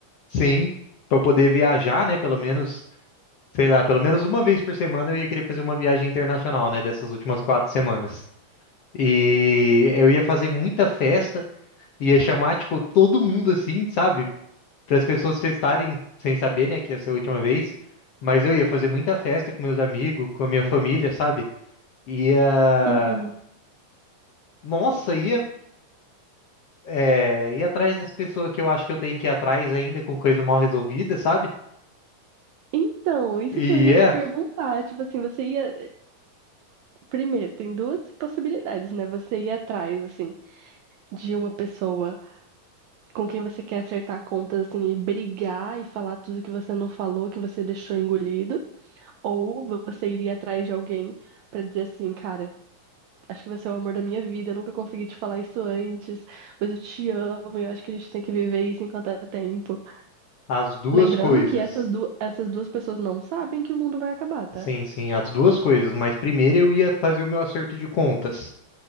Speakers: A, on the left; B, on the right.
A: sim, para poder viajar, né? Pelo menos, sei lá, pelo menos uma vez por semana eu ia querer fazer uma viagem internacional, né? Dessas últimas quatro semanas. E eu ia fazer muita festa, ia chamar, tipo, todo mundo assim, sabe? Para as pessoas festarem sem saber, né, que ia ser a última vez. Mas eu ia fazer muita festa com meus amigos, com a minha família, sabe? Ia.
B: Uhum.
A: Nossa, ia é, ir atrás das pessoas que eu acho que eu tenho que ir atrás ainda com coisa mal resolvida, sabe?
B: Então, isso
A: E
B: que eu ia
A: é,
B: te perguntar, tipo assim, você ia Primeiro, tem duas possibilidades, né? Você ir atrás, assim, de uma pessoa com quem você quer acertar contas, assim, e brigar e falar tudo que você não falou, que você deixou engolido. Ou você iria atrás de alguém pra dizer assim, cara, acho que você é o amor da minha vida, eu nunca consegui te falar isso antes, mas eu te amo, eu acho que a gente tem que viver isso enquanto é tempo.
A: as duas
B: Lembrando
A: coisas.
B: que essas, du essas duas pessoas não sabem que o mundo vai acabar, tá?
A: Sim, sim, as duas coisas. Mas primeiro eu ia fazer o meu acerto de contas,